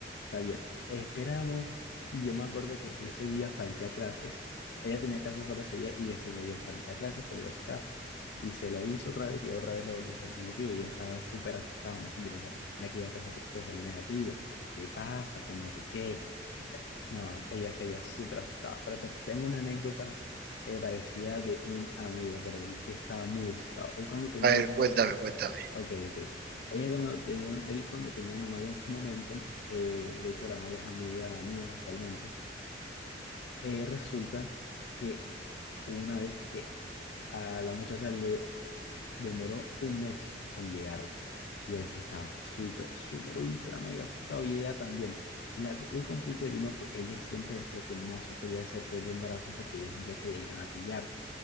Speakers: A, on the left (about 65°); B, on the right (about 55°).
A: está bien, esperamos y yo me acuerdo que ese día falté a clases, ella tenía casa sola ese día y ese día yo falté a clases por ir a su casa. Y se lo hizo otra vez y otra vez le volvió a salir negativo y ella estaba súper asustada, aún así yo le decía, pero mira que ya te, hace- te salió negativo, ¿qué pasa? Que no sé qué no, ella seguía súper asustada, pero te- tengo una anécdota eh, parecida de un amigo, pero él sí estaba muy asustado. Él cuando tenía
B: A ver,
A: una novia,
B: cuéntame, cuéntame.
A: ok, ok. Ella cuando tenía, él cuando tenía una novia en su momento, eh, de hecho la novia es amiga mía actualmente, eh, resulta que una vez que a la muchacha le demoró un mes en llegar. Y él sí estaba súper, súper, ultra, mega asustado. Y ella también. La- el complique vino que ella siempre decía que no se quería hacer test de embarazo porque ella sentía que le iban a pillar.